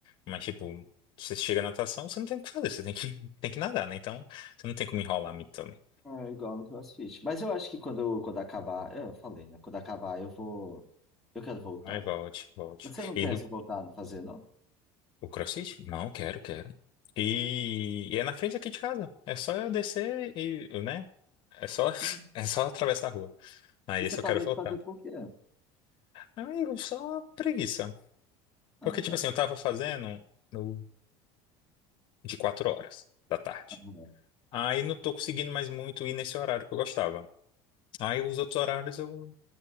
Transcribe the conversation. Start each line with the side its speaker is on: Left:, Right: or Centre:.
Left: Mas, tipo, você chega na natação, você não tem o que fazer, você tem que, <laughs> tem que nadar, né? Então, você não tem como enrolar muito também.
Centre: É igual no CrossFit. Mas eu acho que quando, eu- quando acabar. Eu falei, né? Quando acabar, eu vou. Eu quero voltar.
Left: ai volte, volte.
Centre: Você não
Left: E
Centre: pensa
Left: do
Centre: em voltar a fazer, não?
Left: o CrossFit? Não, quero, quero. E, e é na frente aqui de casa. É só eu descer e, né? É só, <laughs>
Centre: Hum.
Left: é só atravessar a rua. Aí,
Centre: E
Left: esse
Centre: você parou
Left: eu quero voltar.
Centre: de fazer por quê?
Left: Amigo, só preguiça.
Centre: Ah,
Left: Porque, tipo
Centre: tá.
Left: assim, eu tava fazendo no- de quatro horas da tarde.
Centre: Ah, é.
Left: Aí não tô conseguindo mais muito ir nesse horário que eu gostava. Aí os outros horários eu.